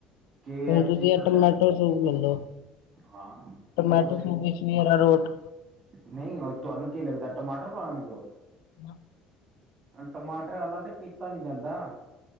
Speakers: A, on the right; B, on the left.
A: ਕੇ
B: ਹੁਣ
A: ਐਫ
B: ਤੁਸੀਂ
A: ਸੀ ਕਰਦੇ
B: ਆ ਟਮਾਟੋ
A: ਨੇ।
B: ਸੂਪ ਲੈਲੋ।
A: ਹਾਂ
B: ਟਮੈਟੋ
A: ਬਿਲਕੁਲ ਸਹੀ
B: ਸਸ਼ਰਾ
A: ਗੱਲ।
B: ਰੋਟ
A: ਨਹੀਂ ਉਹ ਤੁਹਾਨੂੰ ਕੀ ਲੱਗਦਾ ਟਮਾਟਰ ਪਾਉਣਗੇ ਉਹ?
B: ਨਾ।
A: ਟਮਾਟਰ ਵਾਲਾ ਤੇ ਪੀਤਾ ਨੀ ਜਾਂਦਾ।